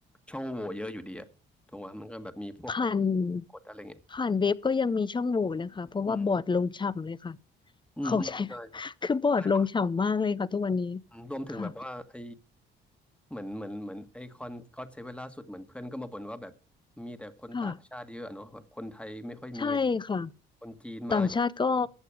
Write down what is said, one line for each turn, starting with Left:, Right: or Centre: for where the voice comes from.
Centre: ช่องโหว่เยอะอยู่ดีอะถูกไหมมันก็แบบมีพวก
Left: ผ่าน
Centre: กดอะไรเงี้ย
Left: ผ่านเว็บก็ยังมีช่องโหว่นะคะเพราะว่าบอร์ดลงฉ่ำเลยค่ะ
Centre: อืมอืมอืมใช่
Left: เขาใช้ <laughs> คือบอร์ดลงฉ่ำมากเลยค่ะทุกวันนี้
Centre: ใช่รวมถึงแบบว่าไอ
Left: ค่ะ
Centre: เหมือนเหมือนเหมือนไอคอนก็อดเซเว่นล่าสุดเหมือนเพื่อนก็มาบ่นว่าแบบมีแต่คนต่างชาติเยอะอะเนาะแบบคนไทยไม่ค่อยมีเลย
Left: ค่ะใช่ค่ะ
Centre: คนจีนมา
Left: ต่างชาติก็
Centre: อืม